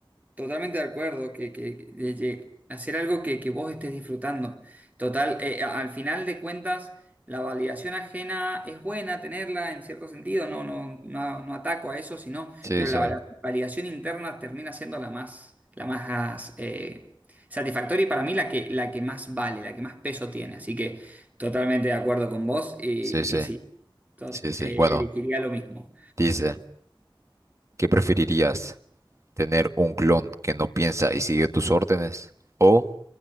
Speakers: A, on the right; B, on the right.
A: Totalmente de acuerdo, que, que- que- de- de hacer algo que, que vos estés disfrutando. Total, eh, a- al final de cuentas, la validación ajena es buena tenerla en cierto sentido, no, no, no, no ataco a eso, sino,
B: Sí,
A: pero
B: sí,
A: la vala- validación interna termina siendo la más, la más eh, satisfactoria y para mí la que, la que más vale, la que más peso tiene. Así que totalmente de acuerdo con vos y,
B: sí, sí,
A: y sí, to-
B: sí, sí.
A: eh,
B: Bueno,
A: elegiría lo mismo.
B: dice, ¿qué preferirías? ¿Tener un clon que no piensa y sigue tus órdenes? ¿O